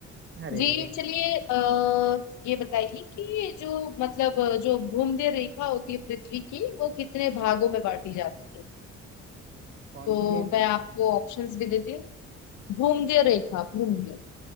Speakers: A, on the right; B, on the left.
A: अरे
B: जी
A: अरे
B: चलिए अ, ये बताइए कि ये जो मतलब अ, जो भूमध्य रेखा होती है पृथ्वी की वो कितने भागों में बांटी जाती है
A: कौन
B: तो
A: सी रेखा
B: मैं आपको ऑप्शंस भी देती हूँ भूमध्य रेखा भूमध्य